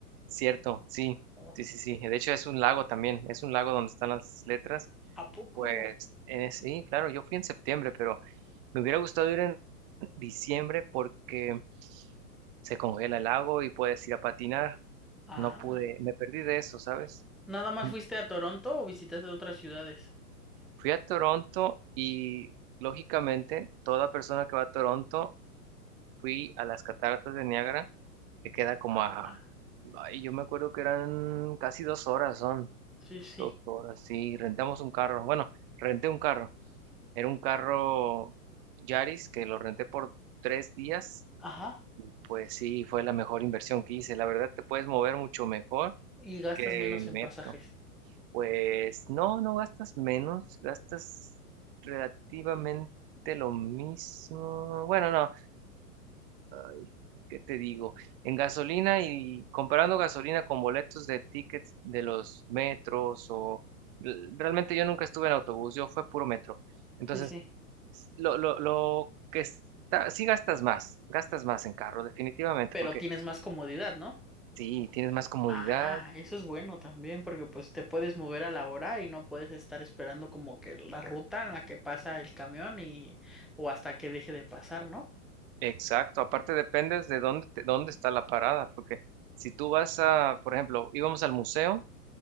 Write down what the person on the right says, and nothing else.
Cierto, sí,
sí, sí, sí. De hecho, es un lago también, es un lago donde están las letras.
Pues eh, sí, claro, yo fui en septiembre, pero me hubiera gustado ir en diciembre porque se congela el lago y puedes ir a patinar.
No pude, me perdí de eso, ¿sabes?
<laughs>
Fui a Toronto y lógicamente toda persona que va a Toronto, fui a las cataratas de Niágara, que queda como
a, ay, yo me acuerdo que eran casi dos horas son,
Dos horas, sí, rentamos un carro. Bueno, renté un carro. Era un carro Yaris que lo renté por tres días.
Pues sí, fue la mejor inversión que hice. La verdad, te puedes mover mucho mejor
que
en
metro.
Pues no, no gastas menos, gastas relativamente lo mismo. Bueno, no, ay, ¿qué te digo? En gasolina y comparando gasolina con boletos de tickets de los metros o l- realmente yo nunca estuve en autobús, yo fue puro metro. Entonces,
lo, lo, lo que está, sí gastas más, gastas más en carro, definitivamente,
porque
sí, tienes más comodidad.
Exacto, aparte dependes de dónde, te- dónde está la parada, porque si tú vas a, por ejemplo, íbamos al museo